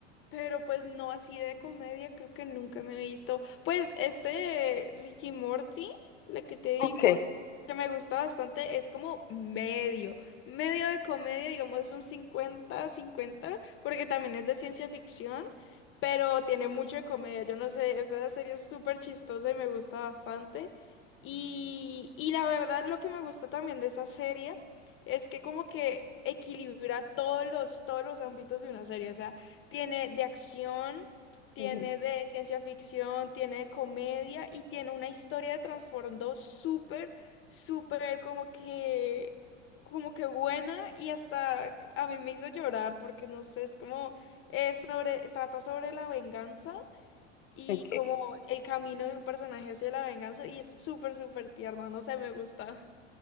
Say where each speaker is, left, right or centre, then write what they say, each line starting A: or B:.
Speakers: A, on the left (about 35°); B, on the left (about 85°).
A: pero pues no así de comedia, creo que nunca me he visto. Pues este de Ricky Morty, la que te digo,
B: Ok.
A: que me gusta bastante, es como medio, medio de comedia, digamos un cincuenta cincuenta porque también es de ciencia ficción, pero tiene mucho de comedia. Yo no sé, esa serie es súper chistosa y me gusta bastante. Y, y la verdad, lo que me gusta también de esa serie. Es que como que equilibra todos los, todos los ámbitos de una serie. O sea, tiene de acción, tiene
B: ujú,
A: de ciencia ficción, tiene de comedia y tiene una historia de trasfondo súper, súper como que, como que buena y hasta a mí me hizo llorar porque no sé, es como, es sobre, trata sobre la venganza. Y
B: ok.
A: como el camino de un personaje hacia la venganza, y es súper, súper tierno, no sé, me gusta.